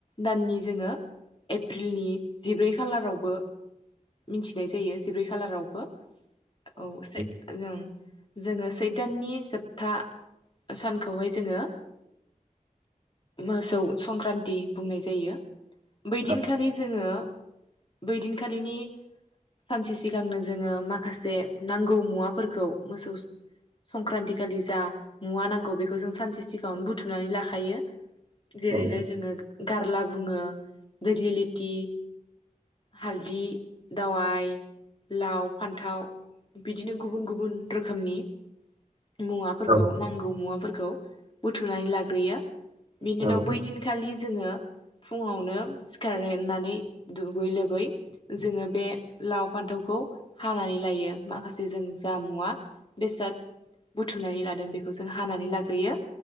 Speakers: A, on the left; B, on the right.
A: दाननि जोङो एप्रिलनि जिब्रै खालारावबो मिथिनाय जायो जिब्रै खालारावबो औ से
B: नंगौ
A: जों जोङो सैद दाननि जोबथा सानखौहाय जोङो मासौ संक्रान्ति बुंनाय जायो। बैदिनखालि
B: औ
A: जोङो बैदिनखालिनि सानसे सिगांनो जोंङो माखासे नांगौ मुवाफोरखौ मोसौ संक्रान्तिखालि जा मुवा नांगौ बेखौ जों सानसे सिगांङावनो बुथुमनानै लाखायो।
B: औ
A: जेरैहाय जोंङो गारला बुंङो दिगलिलिति हालदि दावाइ लाव फान्थाव बिदिनो गुबुन गुबुन रोखोमनि मुवाफोरखौ
B: औ
A: नांगौ
B: औ
A: मुवाफोरखौ बुथुमनानै लाग्रोयो।
B: औ
A: बिनि उनाव
B: औ
A: बै दिनखालि जोंङो फुंङावनो सिखारनोनानै दुगै लोबै जोंङो बे लाव फान्थावखौ हानानै लायो माखासे जों जामुआ बेसाद बुथुमनानै लादों बेखौ जों हानानै लाग्रोयो।